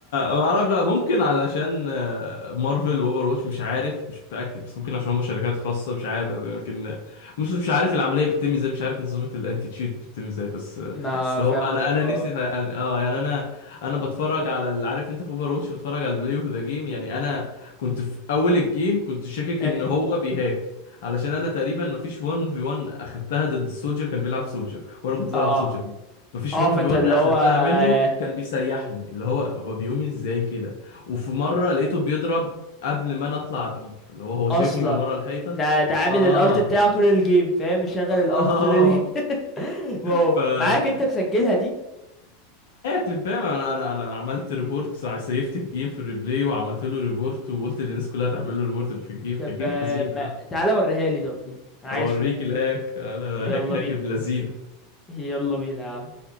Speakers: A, on the left; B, on the left.
A: ما اعرفش بقى، ممكن علشان آه، مارفل واوفر واتش مش عارف مش متاكد بس ممكن عشان هم شركات خاصه مش عارف لكن مش مش عارف العمليه بتتم ازاي مش عارف نظام الانتي تشيت بتتم ازاي بس آه،
B: ما
A: بس هو
B: فاهم
A: انا
B: قصدك
A: انا
B: اه
A: نفسي يعني اه يعني انا انا بتفرج على ال- عارف انت في اوفر واتش بتفرج على البلاي اوف ذا جيم يعني انا كنت في اول الجيم كنت شاكك
B: اه
A: ان هو بيهاك علشان انا تقريبا مفيش 1 في 1 اخدتها ضد السولجر كان بيلعب سولجر وانا كنت
B: اه
A: بلعب سولجر مفيش
B: اه،
A: 1
B: فانت
A: في 1
B: اللي
A: اخدتها
B: هو آه،
A: منه كان بيسيحني اللي هو هو بيقوم ازاي كده وفي مره لقيته بيضرب قبل ما انا اطلع بيك فاللي هو هو شايفني
B: اصلا
A: من ورا الحيطه
B: ده ده عامل
A: اه
B: الالت بتاعه طول الجيم فاهم مشغل الالت
A: اه
B: طول الجيم <laughs> واو
A: <laughs> فمعايا
B: معاك انت مسجلها دي
A: كليبام انا انا انا عملت ريبورت سيفت الجيم في الريبلاي وعملت له ريبورت وقلت للناس كلها تعمل له ريبورت اللي في الجيم
B: طب
A: كان جيم
B: آه،
A: حزين
B: ما...
A: يعني
B: تعالى وريها لي طب دي انا
A: اوريك
B: عايز اشوف ممكن
A: الهاك الهاك
B: يلا
A: هاك هاك
B: بينا
A: ابن لذينه
B: يلا بينا يا عم